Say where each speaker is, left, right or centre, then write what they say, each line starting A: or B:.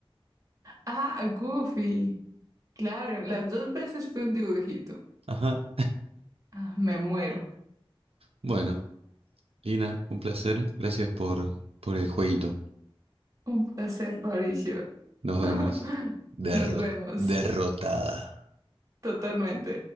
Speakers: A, on the right (about 35°); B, on the right (about 85°).
A: Ah, Goofy. Claro, las dos veces fue un dibujito.
B: Ajá.
A: Ah, me muero.
B: Bueno. Lina, un placer. Gracias por, por el jueguito.
A: Un placer, Mauricio.
B: Nos vemos.
A: <laughs>
B: Derro-
A: Nos vemos
B: derrotada.
A: totalmente.